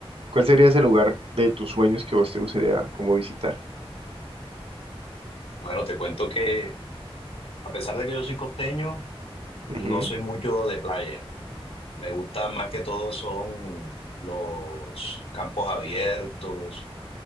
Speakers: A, on the right; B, on the left.
A: ¿Cuál sería ese lugar de tus sueños que vos te gustaría como visitar?
B: Bueno, te cuento que a pesar de que yo soy costeño,
A: Ujú,
B: no soy mucho de playa. Me gustan más que todo son los campos abiertos.